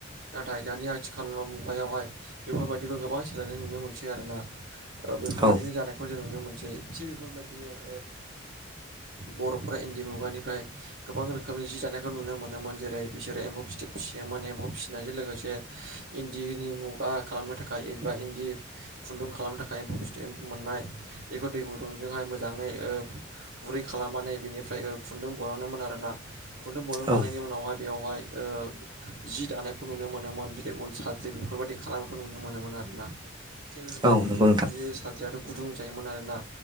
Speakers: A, on the right; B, on the right.
A: नाथाय दानि आथिखाल मुगायावहाय बेफोरबायदिखौ गोबां खेलेनाय नुनो मोनसै आरो ना। बेफोरबायदिनो
B: औ
A: जानाय जों नुनो मोनसै थिग बेफोरबायदिनोओ बर'फोरा इन्दि मुगानिफ्राय। गोबां रोखोमनि जि जानायखौ नुनो मोनोमोन जेरै- बिसोरो एम्फौ फिथोब फिसियोमोन एम्फौ फिसिनायजों लोगोसे- इन्दिनि मुगा खालामनो थाखाय एबा इन्दि खुन्दुं खालामनो थाखाय एम्फौ फिथोबनिफाय मोननाय बेखौ दै गुदुंजोंहाय मोजाङै ओ गुरै खालामनानै बिनिफ्राय ओ खुन्दुं बहनोमोन आरो ना। खुन्दुं बहुन खांनायनि
B: औ
A: उनावहाय बेयावहाय जि दानायखौ नुनो मोनोमोन। जेरै- साद्रि बेफोरबायदि खालामनायखौ नुनो मोनोमोन आरो ना थिग बेफोरबायदि
B: औ नंगौ नोंथां
A: बेयो साद्रियाथ' <unintelligible> गुदुं जायोमोन आरो ना।